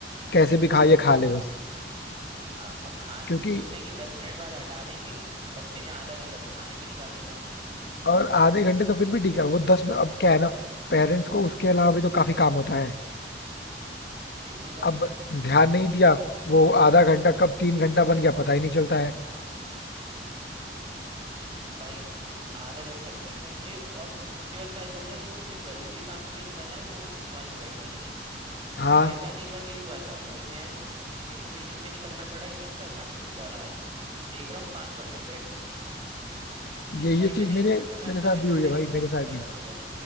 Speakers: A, on the left; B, on the right.
A: कैसे भी खा ये खा ले बस
B: हाँ और खा
A: क्योंकि
B: सोचते हैं कि दस मिनट बाद हटा देंगे बच्चे ने आधा घंटा तो खाने में ही निकाल देते हैं
A: और आधे घंटे तो फिर भी ठीक है वो दस में अब क्या है ना पेरेंट्स को उसके अलावा भी तो काफी काम होता है
B: बिल्कुल भाई
A: अब ध्यान नहीं दिया वो आधा घंटा कब तीन घंटा बन गया पता ही नहीं चलता है
B: भाई आधा घंटा तीन घंटे और उसके बाद पता चलता है जब तुम्हें जरूरी काम के लिए निकलना है तो वो मोबाइल में बैठी नहीं है
A: हाँ
B: मेरे साथ एक बार यही हुआ था भाई मैं मेरे को मीटिंग में निकलना पड़ा एकदम से अचानक से कॉल आया देख रहा हूँ पांच परसेंट बैटरी
A: ये ये
B: भाई
A: चीज
B: मैंने
A: मेरे
B: इस चक्कर में
A: मेरे
B: अपने
A: साथ
B: बच्चे
A: भी हुई
B: पे
A: है भाई
B: ना बहुत
A: मेरे
B: गुस्सा
A: साथ भी
B: कर दिया